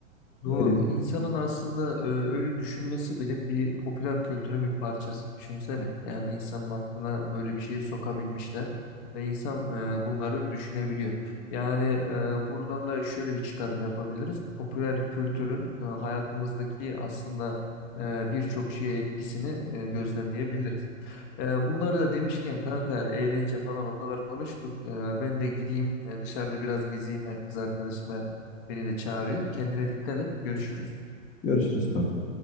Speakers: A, on the left; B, on the left.
A: Doğru.
B: Öyle diyeyim.
A: İnsanın aslında e, öyle düşünmesi bile bir popüler kültürün bir parçası. Düşünsene. Yani insanın aklına böyle bir şeyi sokabilmişler ve insan e, bunları düşünebiliyor. Yani e, buradan da şöyle bir çıkarım yapabiliriz. Popüler kültürün e, hayatımızdaki aslında e, birçok şeye etkisini e, gözlemleyebiliriz. E, bunları da demişken kanka eğlence falan o kadar konuştuk. E, ben de gideyim e, dışarıda biraz gezeyim e, kız arkadaşımla Beni de çağırıyor. Kendine dikkat et. Görüşürüz.
B: Görüşürüz kanka.